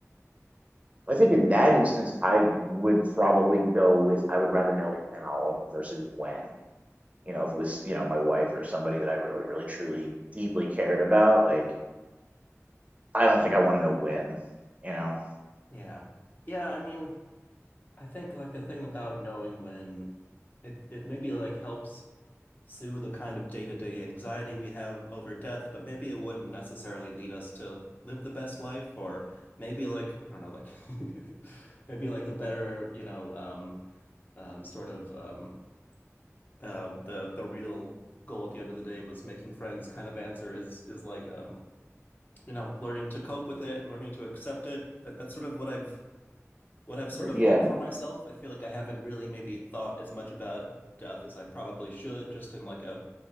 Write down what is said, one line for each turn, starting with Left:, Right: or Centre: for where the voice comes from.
Right: I think in that instance, I would probably go with I would rather know how versus when. You know, if it was, you know, my wife or somebody that I really, really, truly, deeply cared about, like I don't think I want to know when. You know,
Left: <laughs> yeah. Yeah, I mean, I think like the thing about knowing when it it maybe like helps. soothe a kind of day-to-day anxiety we have over death, but maybe it wouldn't necessarily lead us to live the best life, or maybe like I don't know, like <laughs> maybe like the better, you know, um, um, sort of um, uh, the the real goal at the end of the day was making friends kind of answer is is like um, you know, learning to cope with it, learning to accept it. That that's sort of what I've what I've sort
Right: Or,
Left: of
Right: yeah,
Left: hoped for myself. I feel like I haven't really maybe thought as much about death as I probably should, just in like a